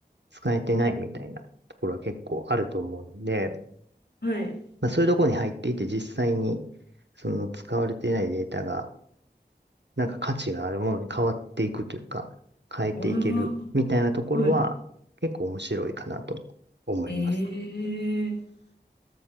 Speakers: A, on the right (about 80°); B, on the left (about 70°).
A: 使えてないみたいなところは結構あると思うので、
B: はい。
A: まあ、そういうところに入っていて実際に、その使われてないデータが、なんか価値があるものに変わっていくというか、変えていけるみたいなところは結構面白いかなと
B: わあ、はい。
A: 思います。
B: ええ、